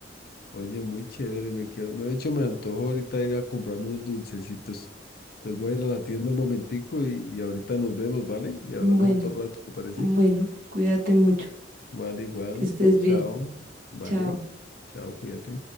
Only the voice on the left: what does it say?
Oye, muy chévere. Me quedo, me, de hecho, me antojo ahorita ir a comprarme unos dulcecitos. Entonces voy a ir a la tienda un momentico y, y ahorita nos vemos, ¿vale? Y hablamos
otro rato, ¿te parece?
Vale, igual.
Chao.
Vale.
Chao, cuídate.